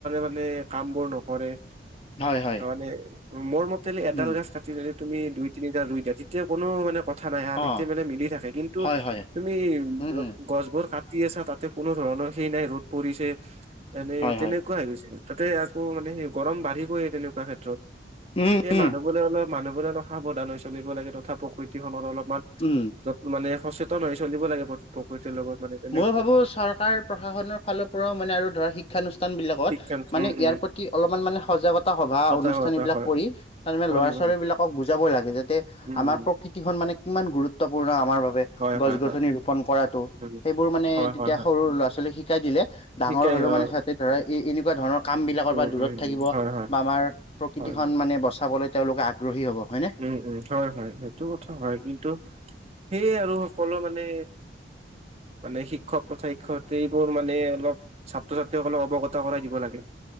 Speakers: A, on the right; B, on the left.
A: মানে কামবোৰ নকৰে,
B: হয় হয়
A: তাৰমানে ৰোমৰ মতে এডাল
B: উম
A: গাছ কাট যদি তুমি দুই, তিনিটা ৰুই দিয়া, তেতিয়া কোনো মানে ক কথা নাই হা,
B: অ
A: তেতিয়া মানে মিলি থাকে, কিন্তু
B: হয় হয়
A: তুমি
B: উম উম
A: গছবোৰ কা কাটি আছা তাতে কোনো ধৰণৰ সেই নাই, ৰ'দ পৰিছে, এনে
B: হয়
A: তেনেকুৱা
B: হয়
A: হৈ গৈছে। তাতে আকৌ মানে সেই গৰম বাঢ়িবই তেনেকুৱা ক্ষেত্ৰত,
B: উম
A: এই
B: উম
A: মানুহবোলে অলপ। মানুহবোৰে অলপ সাৱধান হৈ চলিব লাগে, তথা প্ৰকৃতিখনৰ অলপমান
B: উম'।
A: য'ত মানে সচেতন হৈ চলিব লাগে প্ৰকৃতিৰ লগত, মানে তেনে
B: মই ভাবো চৰকাৰ প্ৰশাসনৰ ফালৰ পৰাও মানে আৰু ধৰা শিক্ষানুষ্ঠান বিলাকত।
A: শিক্ষা
B: মানে
A: উম
B: ইয়াৰ
A: উম
B: প্ৰতি অলপমান মানে সজাগতা সভা
A: সজাগতা
B: অনুষ্ঠান এইবিলাক
A: হয়
B: কৰি। তাত মানে
A: কৰিব
B: ল'ৰা ছোৱালী
A: লাগে
B: বিলাকক বুজাবই লাগে, যাতে
A: উম
B: আমাৰ
A: উম
B: প্ৰকৃ খন মানে কিমান গুৰুত্বপূৰ্ণ আমাৰ বাবে,
A: হয়
B: গছ
A: হয়
B: গছনি
A: হয়
B: ৰোপন কৰাটো,
A: উম
B: সেইবোৰ মানে
A: হয়
B: তেতিয়া
A: হয় হয়
B: সৰু ল'ৰা -ছোৱালীক শিকাই দিলে, ডাঙৰ
A: শিকাই
B: হ'লেও
A: অ
B: মানে সিহঁতে ধৰা এ এই এনেকুৱা ধৰণৰ। কাম বিলাকৰ
A: উম,
B: পা দূৰত
A: উম,
B: থাকিব,
A: উম, হয়, হয়,
B: বা আমাৰ প্ৰকৃতিখন
A: হয়, হয়,
B: মানে বচাবলৈ তেওঁলোকে আগ্ৰহী হ'ব। হয়নে?
A: উম', উম, ' হয়, হয়, সেইটো কথা হয়, কিন্তু সেয়ে আৰু সকলো মানে। মানে শিক্ষক তথা শিক্ষয়িত্ৰীবোৰ মানে অলপ। ছাত্ৰ ছাত্ৰীসকলক অৱগত কৰাই দিব লাগে।